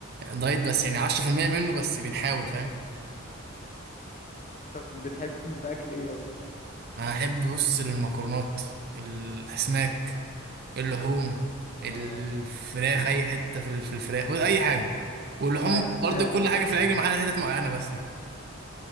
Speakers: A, on the right (about 45°); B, on the left (about 35°).
A: دايت بس يعني عشرة في المية منه بس بنحاول فاهم
B: طب بتحب اكل ايه اصلا
A: أنا أحب بص المكرونات الأسماك اللحوم الفراخ
B: اه حاجه
A: أي حتة في ال- في الفراخ بص، أي حاجة واللحوم
B: آه،
A: برضه
B: ايوه
A: كل
B: الفراخ
A: حاجة في الأكل ما
B: <laughs>
A: عدا حتت معينة بس كده